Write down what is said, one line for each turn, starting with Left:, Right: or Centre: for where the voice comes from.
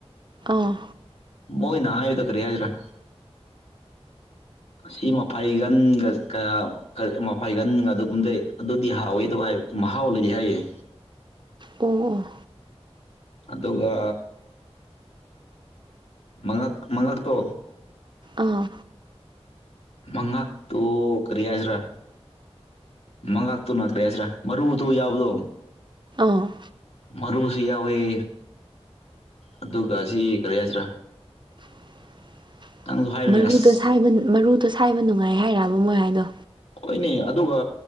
Right: ꯑꯥ
Left: ꯃꯣꯏ ꯅꯅꯥ ꯌꯗ ꯀꯔꯤꯦ ꯍꯥꯏꯖ꯭ꯔꯥ ꯑꯁꯤ ꯃꯐꯩꯒꯟꯒ ꯀꯌꯥ ꯀꯔꯤ ꯃꯐꯥꯏꯒꯟꯒ ꯑꯗꯨꯒꯨꯝꯕꯗꯩ ꯑꯗꯨꯗꯤ ꯍꯥꯎꯋꯦ ꯑꯗꯨꯣ ꯃꯍꯥꯎ ꯂꯩꯗꯤ ꯍꯥꯏꯌꯦꯦ
Right: ꯑꯣ
Left: ꯑꯗꯨꯒ ꯃꯉꯛ ꯃꯉꯛꯇꯣ
Right: ꯑꯥ
Left: ꯃꯪꯉꯛ ꯇ ꯀꯔꯤ ꯍꯥꯏꯖ꯭ꯔꯥ ꯃꯉꯥꯛꯇꯨ ꯅꯅꯥꯈ꯭ꯔꯦ ꯍꯥꯏꯁꯤꯔꯥ ꯃꯔꯨꯗꯣ ꯌꯥꯎꯕꯗꯣ
Right: ꯑꯥ
Left: ꯃꯔꯨꯁꯨ ꯌꯥꯎꯋꯦꯍꯦ ꯑꯗꯨꯒ ꯑꯁꯤ ꯀꯔꯤ ꯍꯥꯏꯁꯤꯔꯥ
Right: <inaudible>
Left: ꯅꯪꯁꯨ ꯍꯥꯏꯕꯅꯦ
Right: ꯃꯔꯨꯗꯣ
Left: ꯑꯁ
Right: ꯁꯥꯏꯕ ꯃꯔꯨꯗꯣ ꯁꯥꯏꯕ ꯅꯨꯡꯉꯥꯏ ꯍꯥꯏꯔꯥꯕ ꯃꯣꯏ ꯍꯥꯏꯗꯣ
Left: ꯍꯣꯏꯅꯦ ꯑꯗꯨꯒ